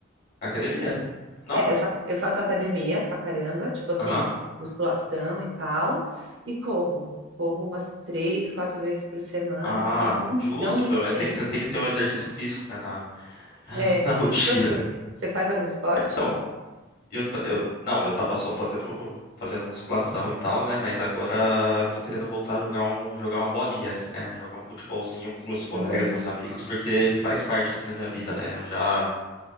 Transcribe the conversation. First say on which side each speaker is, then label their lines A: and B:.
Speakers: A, on the left; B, on the right.
A: Academia? Não?
B: É, eu faço, eu faço academia pra caramba, tipo, assim,
A: Aham.
B: musculação e tal, e corro, corro umas três, quatro vezes por semana,
A: Ah,
B: assim, não,
A: justo,
B: não muito
A: pelo menos
B: tempo.
A: tem que, ter- tem que ter um exercício físico, né, na, <laughs>
B: É,
A: na rotina.
B: e você, você faz algum esporte?
A: Então, eu, ta- eu, não, eu tava só fazendo, fazendo musculação e tal, né, mas agora tô querendo voltar a jogar um, jogar uma bolinha, assim, né, jogar um futebolzinho com os meus colegas,
B: Uhum.
A: meus amigos, porque faz parte, assim, da minha vida, né, eu já,